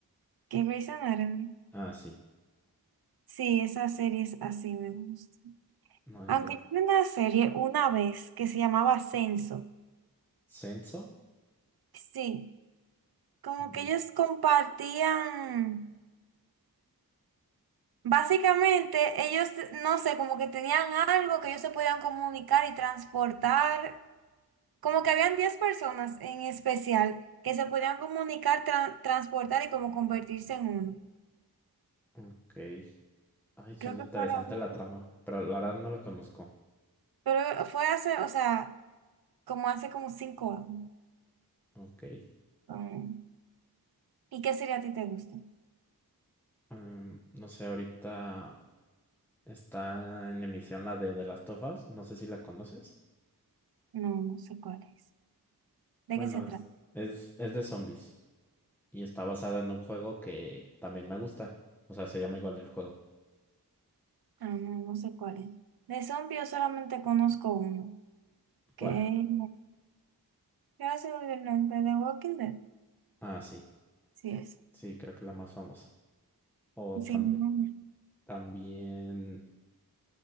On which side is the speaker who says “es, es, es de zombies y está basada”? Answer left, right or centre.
Centre